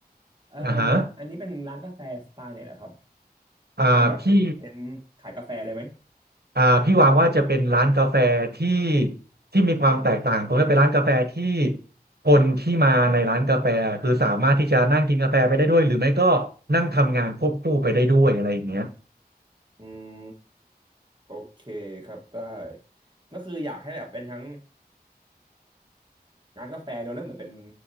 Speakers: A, on the right (about 30°); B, on the right (about 75°).
A: เอ่อ
B: อ่าฮะ
A: อันนี้เป็นร้านกาแฟสไตล์ไหนเหรอครับ
B: อ่าพี่
A: เป็นแบบเน้นขายกาแฟเลยไหม
B: อ่าพี่วางว่าจะเป็นร้านกาแฟที่ที่มีความแตกต่างตรงที่เป็นร้านกาแฟที่คนที่มาในร้านกาแฟคือสามารถที่จะนั่งกินกาแฟไปได้ด้วยหรือไม่ก็นั่งทำงานควบคู่ไปได้ด้วยอะไรอย่างเงี้ย
A: อืมโอเคครับได้ก็คืออยากให้แบบเป็นทั้งร้านกาแฟเนอะแล้วเหมือนเป็น